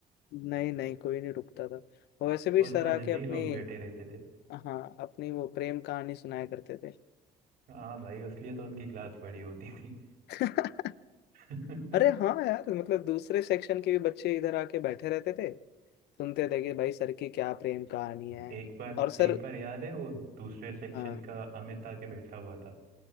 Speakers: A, on the left (about 75°); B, on the right (about 65°).
A: नहीं नहीं कोई नहीं रुकता था और वैसे भी सर
B: उस वजह
A: आके
B: से
A: अपनी
B: ही लोग बैठे रहते थे
A: हाँ अपनी वो प्रेम कहानी सुनाया करते थे
B: हाँ भाई उसलिए तो उनकी क्लास बड़ी होती थी
A: <laughs>
B: <laughs> हम्म।
A: अरे हाँ यार मतलब दूसरे सेक्शन के भी बच्चे इधर आके बैठे रहते थे सुनते थे कि भाई सर की क्या प्रेम कहानी है
B: एक बार
A: और सर
B: एक बार याद है वो दूसरे सेक्शन
A: हाँ
B: का अमित आके बैठा हुआ था